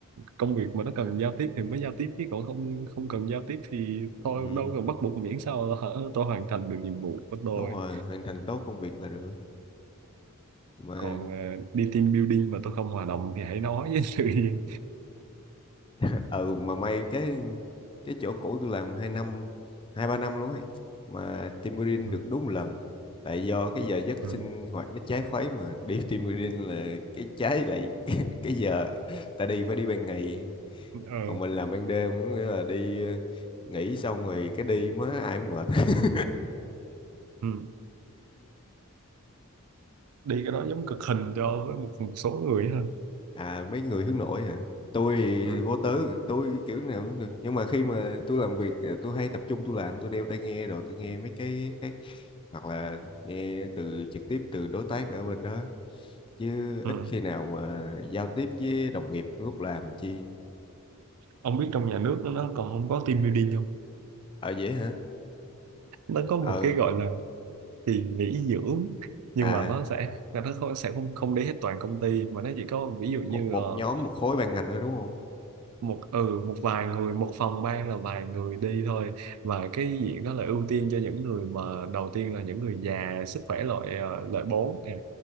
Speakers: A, on the right; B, on the left.
A: công việc mà nó cần giao tiếp thì mới giao tiếp chứ còn không không cần giao tiếp thì
B: Ừ,
A: thôi đâu cần bắt buộc miễn sao hả, tôi hoàn thành được nhiệm vụ của tôi
B: đúng rồi hoàn thành tốt công việc là được mà
A: còn à, đi team building mà tôi không hòa đồng thì hãy nói với sự yên
B: <laughs> ừ mà may cái cái chỗ cũ tôi làm hai năm hai ba năm luôn ấy mà team building
A: ừ.
B: được đúng một lần tại do cái giờ giấc
A: Ừ.
B: sinh hoạt nó trái khuấy mà đi <laughs> team building là cái trái lại <laughs> cái cái giờ ta đi phải đi ban ngày
A: Ờ.
B: còn mình làm ban đêm có nghĩa là đi ờ, nghỉ xong rồi cái đi má ai cũng mệt <laughs>
A: Ừ. <clears throat> đi cái đó giống cực hình cho với một, một số người ha
B: à mấy người hướng nội hả tôi thì
A: ừ.
B: vô tư tôi kiểu nào cũng được nhưng mà khi mà tôi làm việc ờ, tôi hay tập trung tôi làm tôi đeo tai nghe rồi tôi nghe mấy cái khác hoặc là nghe từ trực tiếp từ đối tác ở bên đó chứ
A: Ừ.
B: ít khi nào mà giao tiếp với đồng nghiệp lúc làm chi
A: ông biết trong nhà nước nó còn không có team building không
B: ở dễ hả
A: nó có một
B: ờ
A: cái gọi là kỳ nghỉ dưỡng nhưng
B: à
A: mà nó sẽ là nó không, sẽ không không đến hết toàn công ty mà nó chỉ có ví dụ như
B: một một
A: ờ,
B: nhóm một khối ban ngành thôi đúng không
A: một ừ một vài người một phòng ban là vài người đi thôi và cái diện đó là ưu tiên cho những người mà đầu tiên là những người già sức khỏe loại ờ, loại 4 nè